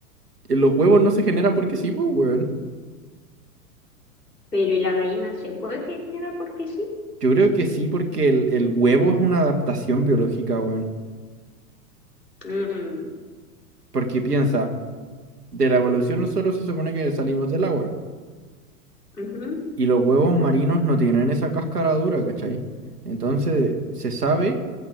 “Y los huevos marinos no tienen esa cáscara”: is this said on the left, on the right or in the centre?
Right